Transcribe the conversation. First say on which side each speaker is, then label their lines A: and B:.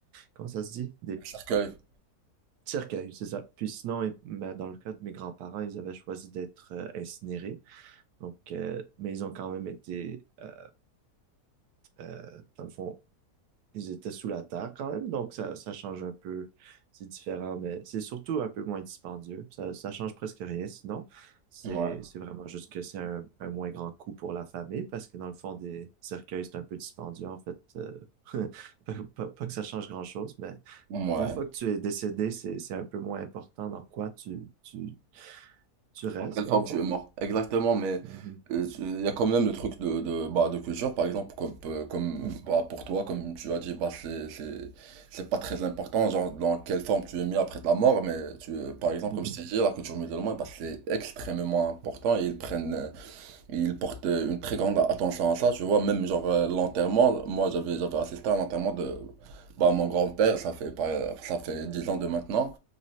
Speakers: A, on the right (about 80°); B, on the right (about 65°).
A: comment ça se dit?
B: Un cercueil.
A: Cercueil, c'est ça. Puis sinon, et- ma- dans le cas de mes grands-parents, ils avaient choisi d'être euh, incinérés. Donc, euh, mais ils ont quand même été, euh, euh, dans le fond, ils étaient sous la terre quand même. Donc, ça, ça change un peu. C'est différent, mais c'est surtout un peu moins dispendieux. Ça, ça change presque rien. Sinon, c'est,
B: Ouais.
A: c'est vraiment juste que c'est un, un moins grand coût pour la famille parce que dans le fond, des cercueils, c'est un peu dispendieux, en fait. Euh, <laughs> pas, pas- pas que ça change grand-chose, mais
B: Ouais.
A: une fois que tu es décédé, c'est, c'est un peu moins important dans quoi tu, tu, tu restes,
B: En quelle
A: dans
B: forme
A: le fond.
B: tu es mort? Exactement, mais
A: Mhm.
B: euh, tu- il y a quand même le truc de, de, bah, de culture, par exemple, comme, euh, comme
A: Mm.
B: bah, pour toi, comme tu as dit, bah, c'est, c'est, c'est pas très important, genre dans quelle forme tu es mis après ta mort, mais tu, euh, par exemple,
A: Mhm.
B: comme je t'ai dit, la culture musulmane, bah, c'est extrêmement important et ils prennent, euh, ils portent euh, une très grande attention à ça, tu vois, même genre euh, l'enterrement, moi j'avais, j'avais assisté à l'enterrement de bah, mon grand-père, ça fait, par- ça fait 10 ans de maintenant.